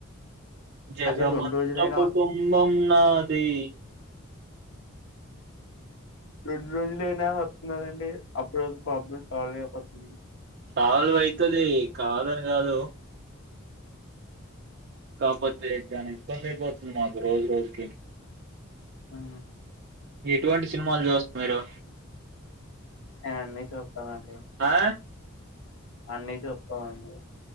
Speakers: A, on the right; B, on the left.
A: జగమంత
B: అదే రెండు రోజులైనా
A: కుటుంబం నాది
B: రెండు రోజులుయినా వస్తున్నాదండి. అప్పుడు వరకు ప్రాబ్లం సాల్వ్ అయిపోతుంది.
A: సాల్వ్ అయితది కాదని కాదు. కాకపోతే చానా ఇబ్బంది అయిపోతుంది మాకు రోజు రోజుకి.
B: హా
A: ఎటువంటి సినిమాలు చూస్తా మీరు?
B: నేనంన్ని చూస్తానండి.
A: ఆ
B: అన్నీ చూస్తమండి.